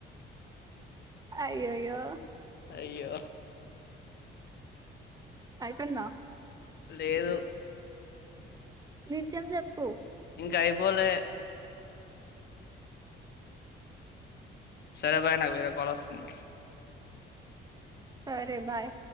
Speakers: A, on the right; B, on the left.
A: అయ్యయ్యో
B: అయ్యో
A: అయిపోయిందా
B: లేదు
A: నిజం చెప్పు
B: ఇంకా అయిపోలే సరే బాయ్ నాకు వేరే కాల్ వస్తుంది
A: సరే బాయ్